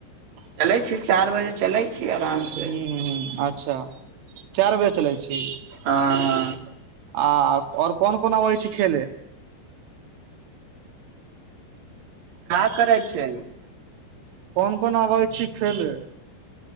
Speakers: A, on the right; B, on the right.
A: चलै छी चार बजे चलै। छी आरामसँ।
B: हूं हूं अच्छा चारि बजे चलै छी।
A: हँ
B: आ आओर कोन कोन आबै छी खेले?
A: का करै छै?
B: कोन कोन आबै छी खेले?